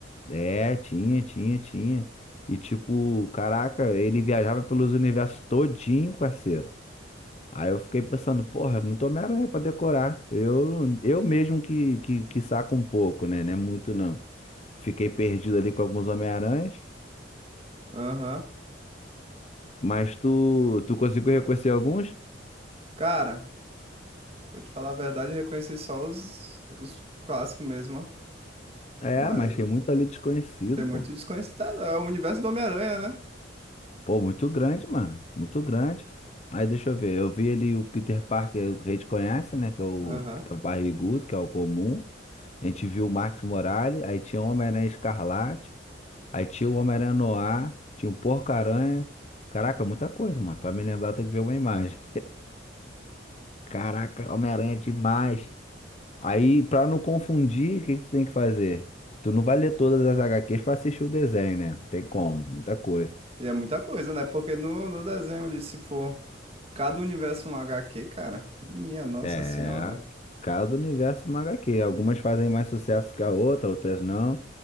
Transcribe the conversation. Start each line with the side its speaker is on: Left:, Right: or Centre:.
Left: É, tinha, tinha, tinha. E tipo, caraca, ele viajava pelos universos todinho, parceiro. Aí eu fiquei pensando, porra, é muito Homem-Aranha pra decorar. Eu, eu mesmo que, que, que saco um pouco, né? Não é muito não. Fiquei perdido ali com alguns Homem-Aranhas,
Right: Aham.
Left: mas tu, tu conseguiu reconhecer alguns?
Right: Cara, vou te falar a verdade, eu reconheci só os, os clássicos mesmo, ó.
Left: É,
Right: Mas
Left: mas tem muito ali desconhecido,
Right: tem muito
Left: pô.
Right: desconhecido. Tá, É o universo do Homem-Aranha, né?
Left: Pô, muito grande, mano. Muito grande. Aí deixa eu ver, eu vi ali o Peter Parker, que a gente conhece, né? Que é o
Right: Aham.
Left: que tá barrigudo, que é o comum. A gente viu o Max Morales, aí tinha o Homem-Aranha Escarlate. Aí tinha o Homem-Aranha no tinha um Porco-Aranha. Caraca, muita coisa, mano. Pra me lembrar, eu tenho que ver uma imagem. <laughs> Caraca, Homem-Aranha é demais. Aí, pra não confundir, o que que tu tem que fazer? Tu não vai ler todas as HQs pra assistir o desenho, né? Não Tem como, muita coisa.
Right: E é muita coisa, né? Porque no, no desenho, ele, se for cada universo um H Q, cara, minha Nossa
Left: É,
Right: Senhora.
Left: cada universo é uma HQ. Algumas fazem mais sucesso que a outra, outras não.